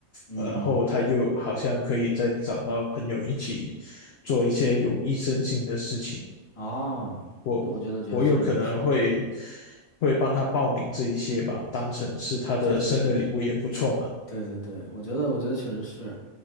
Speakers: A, on the left; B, on the left.
A: 嗯嗯嗯，
B: 然后他又好像可以再找到朋友一起做一些有益身心的事情。
A: 哦，
B: 我我有可能会
A: 那我觉得觉得确实不错。
B: 会帮他报名这一些吧，当成是他的生日礼物也不错嘛。
A: 对对对对对对，我觉得我觉得确实是。